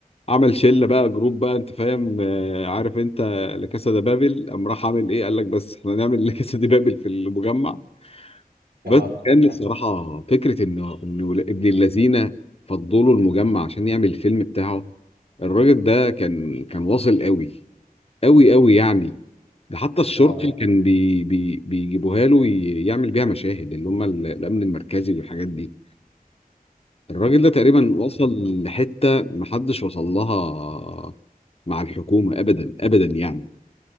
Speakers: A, on the left; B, on the right.
A: عمل شله بقى جروب بقى انت فاهم آه، عارف انت لكاسا ده بابل قام راح عامل ايه قال لك بس احنا نعمل لكاسا دي بابل في المجمع بس
B: اه
A: كان
B: <laughs>
A: الصراحة فكرة إنه إنه ابن اللذينة فضلوا المجمع عشان يعمل الفيلم بتاعه الراجل ده كان كان واصل قوي قوي قوي يعني ده حتى الشرطة
B: اه
A: اللي كان بي بي بيجيبوها له ي- يعمل بيها مشاهد اللي هم ال- الأمن المركزي والحاجات دي الراجل ده تقريبا
B: آه.
A: وصل
B: بالظبط.
A: لحتة محدش وصل لها مع الحكومة أبدا أبدا يعني